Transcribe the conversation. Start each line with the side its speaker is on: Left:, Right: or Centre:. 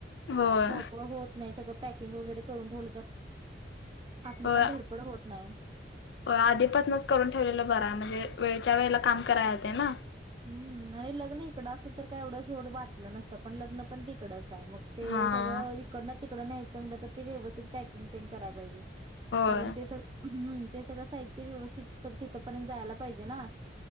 Left: होय
Right: धावपळ होत नाही. सगळं पॅकिंग वगैरे करून ठेवलं तर आपली
Left: होय.
Right: पण धडपड होत नाही.
Left: आधीपासूनच करून ठेवलेलं बरं आहे. म्हणजे वेळच्या वेळेला काम कराये होते ना.
Right: हम्म. आणि लग्न इकडं असं तर काय एवढंं सोड वाटलं नसतं. पण लग्न पण तिकडंच आहे मग ते
Left: हा
Right: सगळं इकडन तिकडं न्यायचं म्हटलं तर, ते व्यवस्थित पॅकिंग तें कराय पाहिजे.
Left: होय
Right: कारण ते सग, हम्म. ते सगळं साहित्य व्यवस्थित तिथपर्यंत जायला पाहिजे ना.